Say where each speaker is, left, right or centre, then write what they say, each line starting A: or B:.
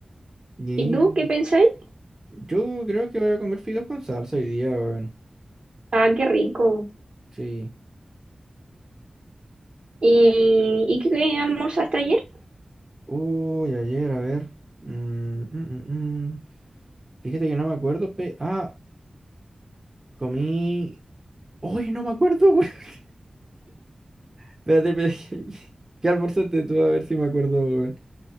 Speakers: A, on the right; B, on the right.
A: yeah.
B: ¿Y tú qué pensáis?
A: Yo creo que voy a comer fideos con salsa hoy día, weón.
B: Ah, qué rico.
A: Sí.
B: ¿Y, y qué almorzaste ayer?
A: Uy, ayer, a ver. Mm, mm, mm, mm. Fíjate que no me acuerdo. Pe... Ah, comí. Uy, no me acuerdo, weón. <laughs> Espérate, pero ¿qué qué almorzaste tú? A ver si me acuerdo, weón.